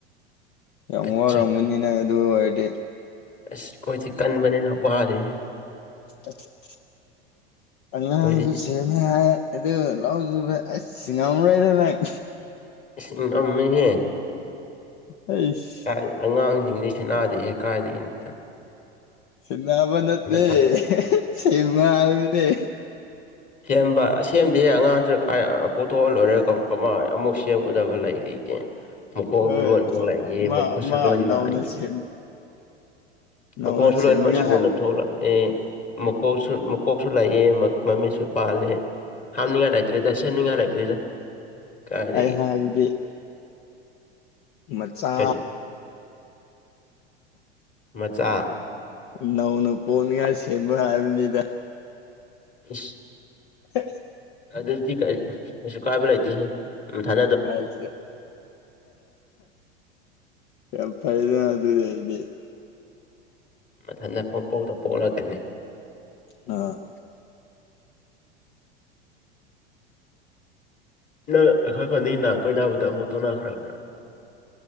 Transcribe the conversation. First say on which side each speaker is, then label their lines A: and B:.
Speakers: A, on the left (about 55°); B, on the left (about 25°).
A: ꯌꯥꯝ
B: ꯑꯠꯆꯥ
A: ꯋꯥꯔꯝꯒꯅꯤ ꯅꯪ ꯑꯗꯨ ꯑꯣꯏꯔꯗꯤ
B: ꯑꯁ ꯑꯩꯈꯣꯏꯗꯤ ꯀꯟꯕꯅꯤꯅ ꯋꯥꯗꯦꯍꯦ
A: ꯑꯁ ꯑꯉꯥꯡꯁꯨ
B: ꯑꯩꯈꯣꯏꯗꯤ
A: ꯁꯦꯝꯃꯦ ꯍꯥꯏ ꯑꯗꯨ ꯂꯧꯖꯨꯕ ꯑꯁ ꯉꯝꯃꯔꯣꯏꯗ ꯅꯪ
B: ꯏꯁ ꯉꯝꯃꯦꯍꯦ
A: ꯑꯩꯁ
B: ꯀꯥꯏ ꯑꯉꯥꯡꯁꯤꯡꯗꯤ ꯁꯦꯟꯅꯥꯗꯦꯍꯦ ꯀꯥꯏꯗꯒꯤ ꯅꯛꯇ
A: ꯁꯤꯅꯕ ꯅꯠꯇꯦ
B: ꯊꯥꯗꯣꯛ
A: ꯁꯦꯝꯕ ꯍꯥꯏꯕꯅꯦ
B: ꯁꯦꯝꯕ ꯁꯦꯝꯗꯤ ꯍꯦ ꯑꯉꯥꯡꯁꯤꯅ ꯀ ꯄꯣꯊꯣꯛꯍꯜ ꯂꯣꯏꯔꯦ ꯀꯃꯥꯏꯅ ꯑꯃꯨꯛ ꯁꯦꯝꯉꯨꯗꯕ ꯂꯩꯔꯤꯒꯦ ꯃꯈꯣꯡꯁꯨ
A: ꯍꯣꯏ
B: ꯂꯣꯏꯅꯃꯛ ꯂꯩꯏ
A: ꯃꯥ
B: ꯃꯈꯨꯠꯁꯨ
A: ꯃꯥ
B: ꯂꯣꯏꯃꯛ
A: ꯅꯧꯅ
B: ꯂꯩꯏ
A: ꯁꯦꯝ ꯅꯧꯅ
B: ꯃꯈꯣꯡꯁꯨ ꯂꯣꯏꯅꯃꯛ
A: ꯁꯦꯝꯅꯤꯡꯉꯥꯏ
B: ꯁꯨꯅ
A: ꯍꯥꯏ
B: ꯊꯣꯛꯂꯛꯑꯦ ꯃꯀꯣꯛꯁꯨ ꯃꯀꯣꯛꯁꯨ ꯂꯥꯛꯑꯦ ꯃꯃꯤꯠꯁꯨ ꯄꯥꯂꯦ ꯍꯥꯞꯅꯤꯡꯉꯥꯏ ꯂꯩꯇ꯭ꯔꯦꯗ ꯁꯦꯝꯅꯤꯡꯉꯥꯏ ꯂꯩꯇ꯭ꯔꯦꯗ ꯀꯥꯏꯗꯒꯤ
A: ꯑꯩ ꯍ ꯑꯗꯨꯗꯤ ꯃꯆꯥ
B: ꯀꯔꯤ ꯃꯆꯥ
A: ꯅꯧꯅ ꯄꯣꯅꯤꯡꯉꯥꯏ ꯁꯦꯝꯕ ꯍꯥꯏꯕꯅꯤꯗ
B: ꯑ
A: <unintelligible>
B: ꯑꯗꯨꯗꯗꯤ ꯀꯥꯏꯁꯨ ꯀꯥꯏꯕꯂꯇꯍ ꯎ ꯊꯥ
A: ꯑꯆ ꯑ ꯐꯥꯏꯗ ꯑꯗꯨꯔ ꯍꯥꯏꯗꯤ
B: ꯃꯊꯟꯇꯄꯣꯛꯗ ꯄꯣꯛꯂꯛꯀꯅꯤ
A: ꯑ
B: ꯅꯪ ꯑꯩꯈꯣꯏ ꯈꯨꯣꯟꯗ ꯅꯥ ꯀꯣꯏ ꯅꯥꯕꯗ ꯑꯃꯨꯣꯠꯇꯣ ꯅꯥꯈ꯭ꯔꯕ꯭ꯔꯥ